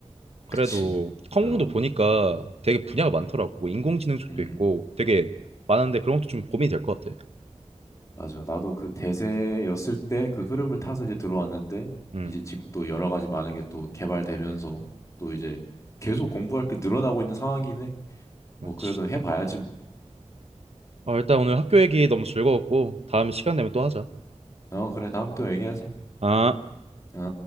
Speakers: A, on the right; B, on the left.
A: 그래도
B: 그치.
A: 컴공도
B: 어.
A: 보니까 되게 분야가 많더라고. 뭐 인공지능 쪽도
B: 음.
A: 있고 되게 많은데 그런 것도 좀 고민이 될 것 같아.
B: 맞아. 나도 그 대세였을 때 그 흐름을 타서 이제 들어왔는데
A: 음,
B: 이제 지금 또 여러 가지 많은 게 또 개발되면서 또 이제 계속 공부할 게 늘어나고 있는 상황이긴 해.
A: 맞지.
B: 뭐 그래도 해봐야지 뭐.
A: 어, 일단 오늘 학교 얘기 너무 즐거웠고 다음에 시간 되면 또 하자.
B: 어, 그래. 다음에 또 얘기하자.
A: 아.
B: 어.